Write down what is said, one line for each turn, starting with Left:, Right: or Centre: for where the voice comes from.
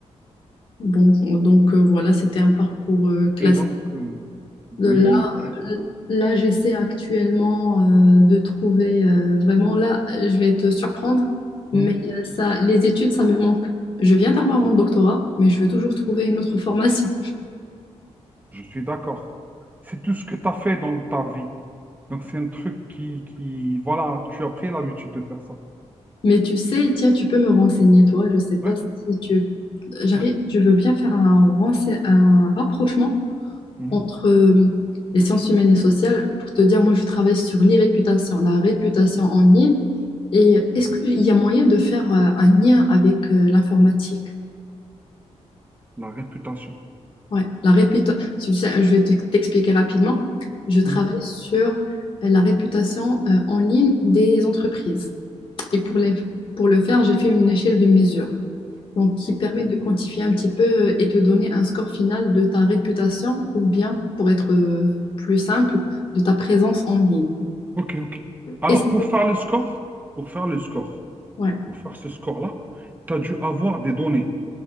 Left: Bon, donc euh, voilà, c'était un parcours euh, classique.
Right: Et donc, euh, oui,
Left: Euh, Là,
Right: et-
Left: euh, là j'essaie actuellement euh, de trouver euh, vraiment, là, je vais te surprendre,
Right: Mhm,
Left: mais euh, ça, les études, ça me manque. Je viens d'avoir mon doctorat, mais je veux toujours trouver une autre formation.
Right: je suis d'accord. C'est tout ce que tu as fait dans ta vie. Donc, c'est un truc qui, qui, voilà, tu as pris l'habitude de faire ça.
Left: Mais tu sais, tiens, tu peux me renseigner, toi. Je sais pas
Right: Oui,
Left: si tu... J'arrive,
Right: oui.
Left: je veux bien faire un, rense- un rapprochement
Right: mhm.
Left: entre euh, les sciences humaines et sociales, pour te dire, moi, je travaille sur l'irréputation, la réputation en ligne. Et est-ce qu'il y a moyen de faire euh, un lien avec euh, l'informatique?
Right: La réputation.
Left: Ouais, la réputa- tu sais, je vais te- t'expliquer rapidement. Je travaille
Right: Mhm.
Left: sur euh, la réputation euh, en ligne des entreprises. Et pour les- pour le faire, j'ai fait une échelle de mesure. donc qui
Right: Ok,
Left: permet de quantifier un petit peu euh, et te donner un score final de ta réputation ou bien, pour être euh, plus simple, de ta présence en ligne.
Right: ok. ok. Alors,
Left: Et c'est-
Right: pour faire le score, pour faire le score,
Left: ouais,
Right: pour faire ce score-là, tu as dû avoir des données.